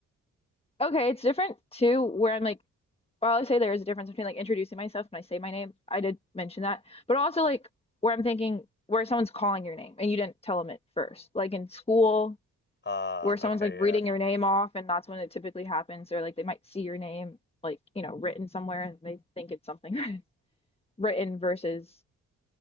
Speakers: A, on the left; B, on the left.
A: Okay, it's different too, where I'm like, while I say there is a difference between like introducing myself when I say my name. I did mention that, but also like where I'm thinking where someone's calling your name and you didn't tell them it first. Like in school,
B: Ah,
A: where someone's
B: okay,
A: like reading
B: yeah.
A: your name off, and that's when it typically happens, or like they might see your name like, you know, written somewhere and they think it's something <laughs> written versus